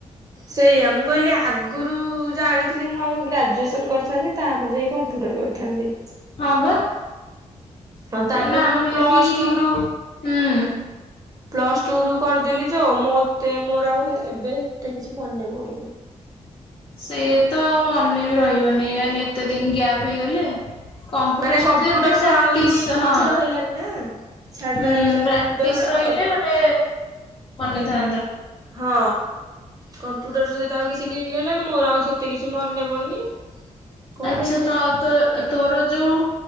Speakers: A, on the right; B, on the left.
A: ସେଇଆ ମୁଁ କହିଲି ଆଗୁରୁ ରୁ ଜାଣିଥିଲି ମୁଁ ଆଗ ଗ୍ରାଜୁଏସନ୍ କରିଥାନ୍ତି ତାପରେ ଯାଇ କମ୍ପ୍ୟୁଟର କରିଥାନ୍ତି।
B: ହଁ ବା
A: ଆଉ ତାପରେ
B: ନା
A: ମୁଁ
B: ଆମେ
A: ପ୍ଲସ୍
B: ବି
A: ଟୁ ରୁ
B: ହୁଁ।
A: ପ୍ଲସ୍ ଟୁ ରୁ କର ଦେଲି ଯଉ ମତେ ମୋର ଆଉ ହେ ଏବେ ହେତେ କିଛି ମନେ ପଡୁନି।
B: ସେ ତ ମନେ ବି ରହିବନି ଏନେ ଏତେ ଦିନ ଗ୍ୟାପ୍ ହେଇଗଲେ କମ୍ପୁଟର୍
A: ମାନେ
B: ସେତେ
A: କମ୍ପ୍ୟୁଟର
B: ଏତେ ପ୍ରାକ୍ଟିସ୍
A: ସହ ଆଉ ଲିଙ୍କ
B: ହଁ।
A: କିଛି ରହିଲାନି ନା। ଛାଡରା
B: ହୁଁ
A: ହେଇଗଲା
B: ପ୍ରାକ୍ଟିସ
A: କମ୍ପ୍ୟୁଟର
B: ରହିଲେ
A: ଆଉ
B: ଗୋଟେ ମନେଥାନ୍ତା।
A: ହଁ। କମ୍ପୁଟର ସହିତ ଆଉ କିଛି ଲିଙ୍କ୍ ରହିଲାନି ମୋର ଆଉ ସେତେ କିଛି ମନେ ପଡୁନି। କଣ
B: ଆଛା
A: କରିମି
B: ତ ତୋ ତୋର ଯୋଉ